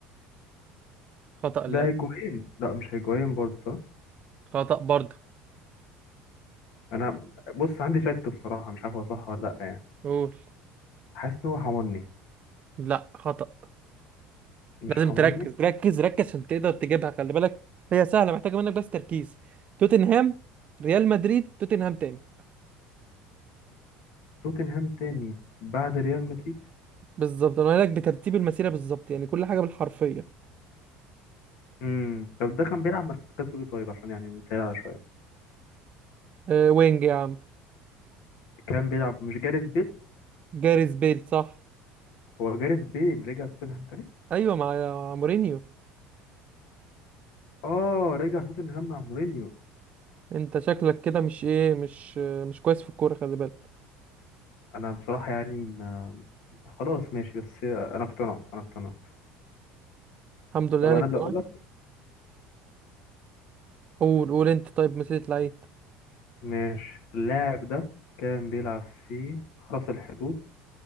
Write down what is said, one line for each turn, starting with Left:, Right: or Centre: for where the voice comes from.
Right: خطأ
Left: ده
Right: لا
Left: هيجوين لا مش هيجوين برضه صح
Right: خطأ برضه
Left: انا بص عندي شك بصراحه مش عارف هو صح ولا لا يعني
Right: قول
Left: حاسس ان هو حمرني
Right: لا خطأ
Left: مش
Right: لازم
Left: حمرني
Right: تركز ركز ركز عشان تقدر تجيبها خلي بالك هي سهلة محتاجة منك بس تركيز توتنهام ريال مدريد توتنهام تاني
Left: توتنهام تاني بعد ريال مدريد
Right: بالظبط انا قايل لك بترتيب المسيرة بالظبط يعني كل حاجة بالحرفية
Left: امم طب ده كان بيلعب مركزه ايه طيب عشان يعني نسهل على شويه
Right: أه وينج يا عم
Left: كان بيلعب مش جاريث بيل
Right: جاريث بيل صح
Left: هو جاريث بيل رجع توتنهام تاني
Right: ايوه مع مع مورينيو
Left: اه رجع توتنهام مع مورينيو
Right: انت شكلك كده مش ايه مش مش كويس في الكوره خلي بالك
Left: انا بصراحه يعني ما- خلاص ماشي بس انا اقتنعت انا اقتنعت
Right: الحمد لله
Left: طب
Right: انك
Left: انا اللي
Right: تمام
Left: اقول لك
Right: قول قول انت طيب مسيرة لعيب
Left: ماشي اللاعب ده كان بيلعب في حرس الحدود